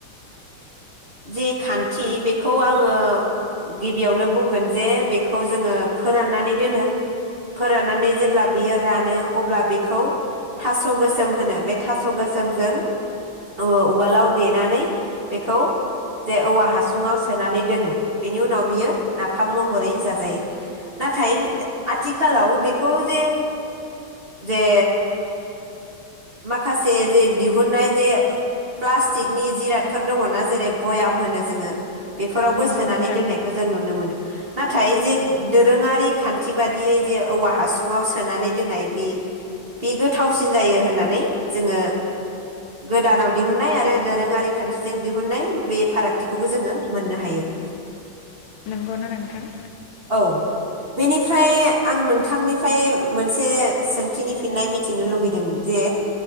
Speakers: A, on the right; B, on the left.
A: जि खान्थि बेखौ आङो गिबियावनो बुंगोन जे बेखौ जोङो फोराननानै दोनो फोराननानै जेब्ला बियो रानो अब्ला बेखौ थास' गोसोम होनो बे थास' गोसोमजों ओ उवालाव देनानै बेखौ जे औवा हासुङाव सोनानै दोनो बेनि उनाव बियो नाफाम महरै जाजायो नाथाय आथिखालाव बेखौ जे जे माखासे जे दिहुननाय जे प्लास्टिकनि जिरादफोर दङना जेरै भयाम होनो जोङो बेफोरावबो
B: नंगौ
A: सोनानै
B: नोंथां
A: दोननायखौ जों नुनो मोनो। नाथाय जे दोरोङारि खान्थि बादियै जे औवा हासुङाव सोनानै दोननाय बे बे गोथावसिन जायो होननानै जोङो गोदानाव आरो दोरोङारि खान्थिजों दिहुननाय बे फारागथिखौबो जोङो मोननो हायो।
B: नंगौना नोंथां?
A: औ बेनिफ्राय आं नोंथांनिफ्राय मोनसे सोंथिनि फिननाय मिथिनो लुगैदों जे